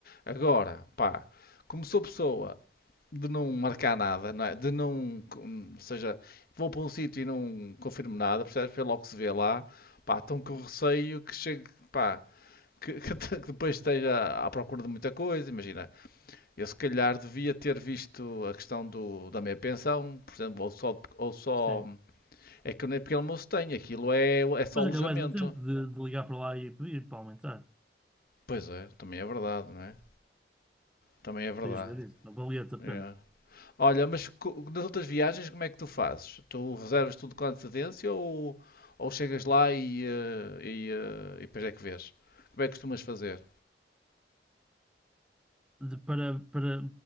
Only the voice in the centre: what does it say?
sim.
Mas
ainda mais a tempo de, de ligar para lá e pedir para aumentar.
Podias ver isso. Não valia-te a
pena.
De- para, para